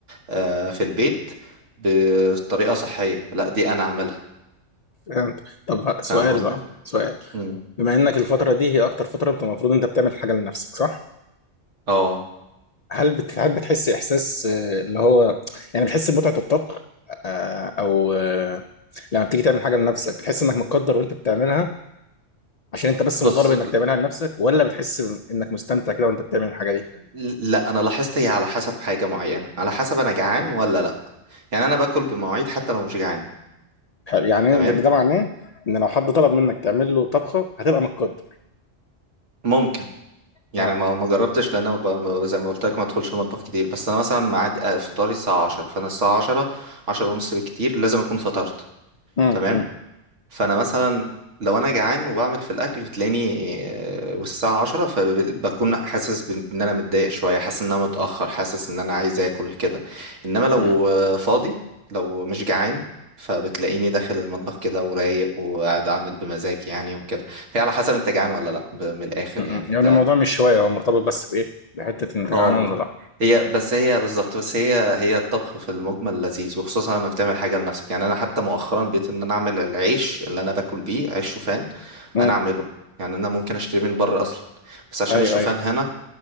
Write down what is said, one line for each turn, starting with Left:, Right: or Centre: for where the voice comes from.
Right: آه، في البيت بطريقة صحية لا دي انا اعملها
Left: فهمت طب سؤال
Right: فاهم قصدي
Left: بقى سؤال
Right: مم.
Left: بما انك الفتره دي هي اكتر فتره انت المفروض انت بتعمل حاجه لنفسك صح
Right: اه
Left: هل بت... هل بتحس احساس آه، اللي هو يعني بتحس بمتعه الطبخ آه، او آه، لما بتيجي تعمل حاجه لنفسك بتحس انك متقدر وانت بتعملها عشان انت بس مطالب
Right: بص
Left: انك تعملها لنفسك ولا بتحس انك مستمتع كده وانت بتعمل الحاجه دي
Right: لا انا لاحظت هي على حسب حاجة معينة على حسب انا جعان ولا لا يعني انا باكل بمواعيد حتى لو مش جعان
Left: حلو. يعني
Right: تمام
Left: ده, ده معناه ان لو حد طلب منك تعمل له طبخه هتبقى متقدر
Right: ممكن يعني
Left: اه
Right: ما ما جربتش لان أنا ب- ب- زي ما قلت لك ما ادخلش المطبخ كتير بس انا مثلا ميعاد آه، فطاري الساعه 10 فانا الساعه 10 10 ونص بالكتير لازم اكون فطرت
Left: امم
Right: تمام
Left: امم
Right: فانا مثلا لو انا جعان وبعمل في الاكل بتلاقيني آه، والساعه 10 فبكون حاسس بان انا متضايق شويه حاسس ان انا متاخر حاسس ان انا عايز اكل كده انما لو
Left: امم
Right: آه، فاضي لو مش جعان فبتلاقيني داخل المطبخ كده ورايق وقاعد اعمل بمزاج يعني وكده فهي على حسب انت جعان ولا لا ب- من الاخر
Left: امم.
Right: يعني
Left: يعني الموضوع مش شويه هو مرتبط بس بايه بحته انت
Right: اه
Left: جعان ولا لا
Right: هي بس هي بالظبط بس هي هي الطبخ في المجمل لذيذ وخصوصا لما بتعمل حاجه لنفسك يعني انا حتى مؤخرا بقيت ان انا اعمل العيش اللي انا باكل بيه عيش شوفان
Left: امم
Right: انا اعمله يعني انا ممكن اشتري من بره اصلا بس عشان
Left: ايوه
Right: الشوفان
Left: ايوه
Right: هنا